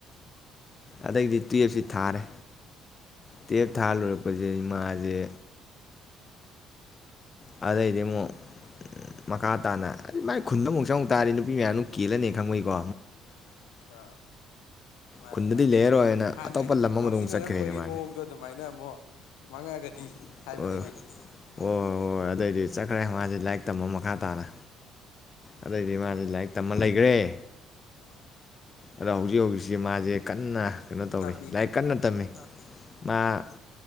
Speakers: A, on the left (about 35°); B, on the left (about 90°).
A: ꯑꯗꯒꯤꯗꯤ ꯇꯨꯌꯦꯜꯞꯁꯤ ꯊꯥꯔꯦ ꯇꯨꯌꯦꯞ ꯊꯥ ꯂꯣꯏꯨꯔꯛꯄꯁꯦ ꯃꯥꯖꯦ ꯑꯗꯩꯗꯤ ꯑꯃꯨꯛ ꯃꯈꯥ ꯇꯥꯅ ꯃꯥꯏ ꯈꯨꯟꯗ ꯑꯃꯨꯛ ꯆꯪꯉꯨ ꯇꯥꯔꯗꯤ ꯅꯨꯄꯤ ꯃꯌꯥꯝꯗꯨ ꯀꯦꯜꯂꯅꯤ ꯈꯪꯕꯩꯀꯣ
B: ꯑꯥ ꯃꯥꯅꯤ
A: ꯈꯨꯟꯗꯗꯤ
B: ꯃꯥꯅꯦ
A: ꯂꯩꯔꯔꯣꯏꯅ
B: ꯍꯥꯟꯅ
A: ꯑꯇꯣꯞꯄ ꯂꯝ
B: ꯉꯥꯎꯁꯤꯟꯅꯔꯝꯕꯒꯤ
A: ꯑꯃꯗ ꯑꯃꯨꯛ ꯆꯠꯈ꯭ꯔꯦꯅꯦ ꯃꯥꯁꯦ
B: ꯃꯑꯣꯡꯗꯣ ꯑꯗꯨꯃꯥꯏꯅ ꯑꯃꯨꯛ ꯃꯥꯡꯉꯛꯑꯒꯗꯤ
A: <unintelligible>
B: ꯍꯥꯏꯕꯗꯒꯤ
A: ꯑꯗꯩꯗꯤ ꯆꯠꯈ꯭ꯔꯦ ꯃꯥꯁꯦ ꯂꯥꯏꯔꯤꯛ ꯇꯝꯕ ꯃꯈꯥ ꯇꯥꯅ ꯑꯗꯩꯗꯤ ꯃꯥꯁꯦ ꯂꯥꯏꯔꯤꯛ ꯇꯝꯃ ꯂꯩꯒ꯭ꯔ‌ꯦ
B: ꯑ
A: ꯑꯗ ꯍꯧꯖꯤꯛ ꯍꯧꯖꯤꯛꯁꯤ ꯃꯥꯁꯦ ꯀꯟꯅ ꯀꯩꯅꯣ ꯇꯧꯔꯤ
B: ꯇꯝꯃꯤ
A: ꯂꯥꯏꯔꯤꯛ ꯀꯟꯅ ꯇꯝꯃꯤ ꯃꯥ